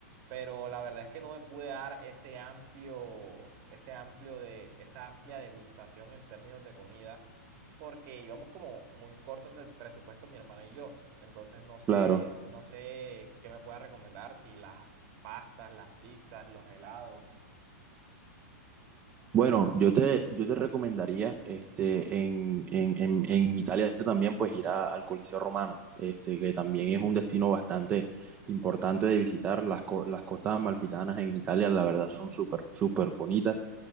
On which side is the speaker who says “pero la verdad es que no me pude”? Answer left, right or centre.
Right